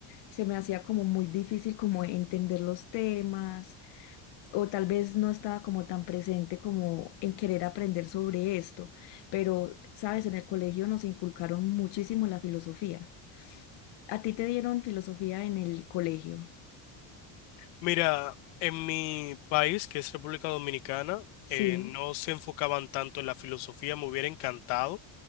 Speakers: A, on the left (about 60°); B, on the left (about 85°).
A: Se me hacía como muy difícil como entender los temas o tal vez no estaba como tan presente como en querer aprender sobre esto. Pero, sabes, en el colegio nos inculcaron muchísimo la filosofía. ¿A ti te dieron filosofía en el colegio?
B: Mira, en mi país, que es República Dominicana,
A: Sí.
B: eh, no se enfocaban tanto en la filosofía, me hubiera encantado,